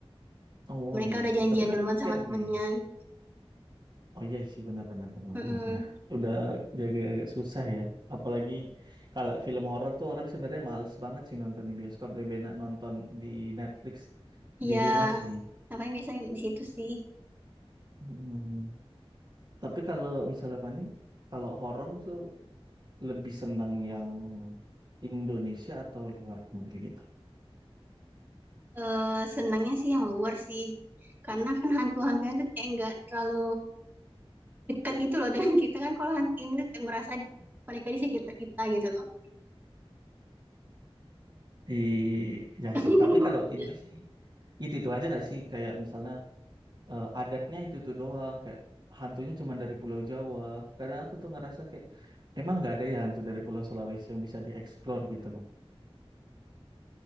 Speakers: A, on the right (about 45°); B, on the right (about 15°).
A: Oh
B: Mereka
A: iya
B: udah
A: sih,
B: janjian
A: tapi
B: duluan
A: kan weekend
B: sama temennya.
A: nih.
B: Gitu.
A: Oh iya sih benar-benar benar
B: Mm-mm.
A: benar, benar, benar, ya. Udah jadi agak susah ya. Apalagi kalau film horor tuh orang sebenarnya males banget sih nonton di bioskop, lebih enak nonton di Netflix
B: Iya.
A: di rumah sih.
B: Nah paling biasanya di situ sih.
A: Mm. Tapi kalau misalnya Fani, kalau horor tuh lebih seneng yang Indonesia atau luar negeri gitu.
B: eh senangnya sih yang luar sih. Karena kan hantu-hantunya tuh kayak nggak terlalu dekat gitu loh <laughs> dengan kita kan kalau hantu ini tuh kayak merasa mereka di sekitar kita gitu loh.
A: I, ya
B: <laughs>
A: sih. Tapi kalau Indo sih itu itu aja nggak sih? Kayak misalnya eh, adatnya itu tuh doang kayak hantunya cuma dari Pulau Jawa kadang aku tuh ngerasa kayak emang nggak ada ya hantu dari Pulau Sulawesi yang bisa dieksplor gitu loh